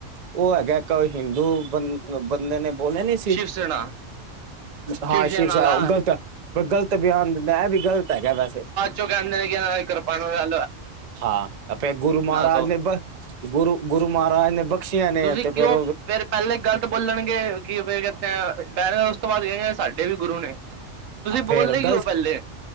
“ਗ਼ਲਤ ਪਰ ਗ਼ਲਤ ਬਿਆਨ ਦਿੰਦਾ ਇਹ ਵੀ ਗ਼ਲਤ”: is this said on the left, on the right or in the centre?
Right